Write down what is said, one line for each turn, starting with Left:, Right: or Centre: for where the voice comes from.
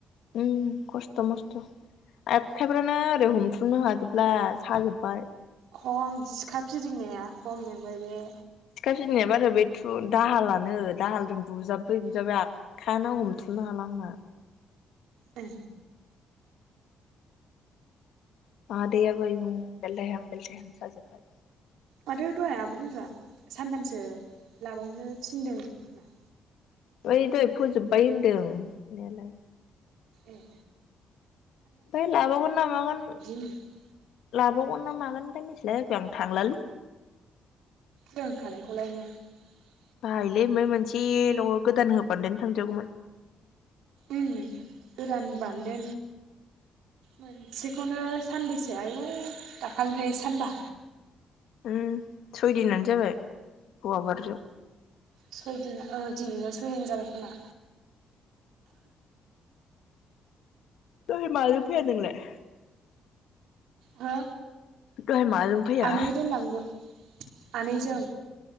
Left: ओम खस्थ' मस्थ'। आखाइफ्रानो ओरै हमथुमनो हाजोबब्ला साजोबबाय।
Right: खम सिखा फिदिंनाया खम मेंबाय बे।
Left: सिखा फिदिंनाया बारा बे थु दाहालानो दाहालजों बुजाब्बै बुजाबबा खानो हमथुमनो
Right: ए
Left: हाला आंना।
Right: उम
Left: आ दे आबै बु बेलथायहां बेलथायहां साजोबबाय
Right: माथो दहाय आब' रनजुआ सानथामसो लाबावनो थिनदों होना।
Left: बै दहाय फोजोबबाय होन दोन होननायालाय
Right: एह
Left: ओमफाय लाबावगोन ना मागोन
Right: होनदों
Left: लाबावगोन ना मागोन मिथिला जेखुनु आं थांलालै।
Right: रोंखानायखौलाय <inaudible>
Left: बाहायलै बै मोनसेल' न'आव गोदान होबादोन थांजागौमोन
Right: उम गोरान बान्दों मोनसेखौनो सानबैसे आयु दाखालिनिफ्राय सानबा
Left: उम सयदिनानो जाबाय हौवा बारजों।
Right: सयदिन अ दिनैबा सयदिन जाबाय खोमा
Left: दहय माजों फैया नोंलाय?
Right: हो
Left: दहाय माजों फैया?
Right: आनै दोनलांदो आनैजों